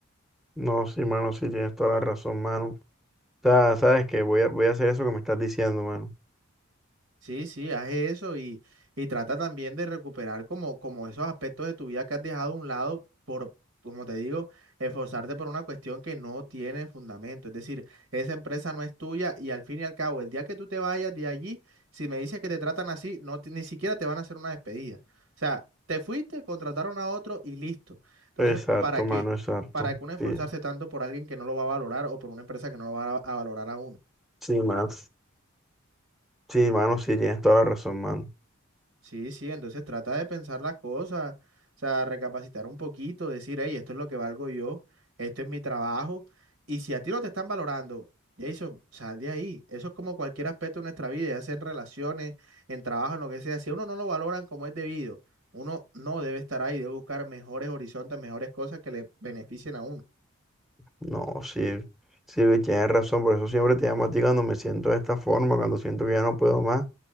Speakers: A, in the centre; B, on the right (about 75°).
A: No, sí, mano, sí, tienes toda la razón, mano. O sea, sabes que voy a, voy a hacer eso que me estás diciendo, mano.
B: Sí, sí, haz eso y, y trata también de recuperar como, como esos aspectos de tu vida que has dejado a un lado por, como te digo, esforzarte por una cuestión que no tiene fundamento. Es decir, esa empresa no es tuya y al fin y al cabo, el día que tú te vayas de allí, si me dices que te tratan así, no, te- ni siquiera te van a hacer una despedida. O sea, te fuiste, contrataron a otro y listo. Entonces,
A: Exacto,
B: ¿para qué?
A: mano, exacto.
B: ¿Para qué uno esforzarse
A: Sí,
B: tanto por alguien que no lo va a valorar o por una empresa que no lo va a a valorar a uno?
A: sí, mano. Sí, mano, sí, tienes toda la razón, mano.
B: Sí, sí, entonces trata de pensar las cosas, o sea, recapacitar un poquito, decir, hey, esto es lo que valgo yo, esto es mi trabajo, y si a ti no te están valorando, Jason, sal de ahí. Eso es como cualquier aspecto de nuestra vida, ya sea en relaciones, en trabajo, en lo que sea. Si a uno no lo valoran como es debido, uno no debe estar ahí, debe buscar mejores horizontes, mejores cosas que le beneficien a uno.
A: No, sí, sí, tienes razón. Por eso siempre te llamo a ti cuando me siento de esta forma, cuando siento que ya no puedo más.